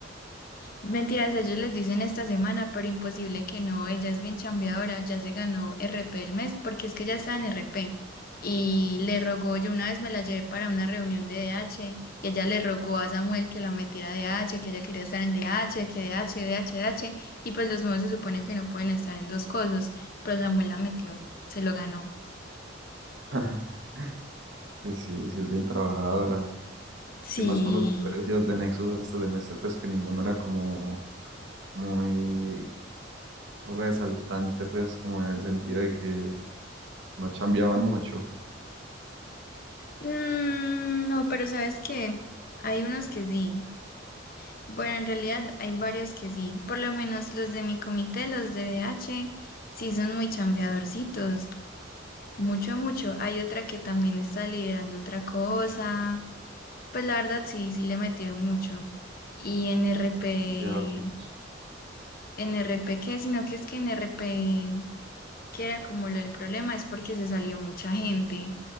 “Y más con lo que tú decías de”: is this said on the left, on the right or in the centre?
Right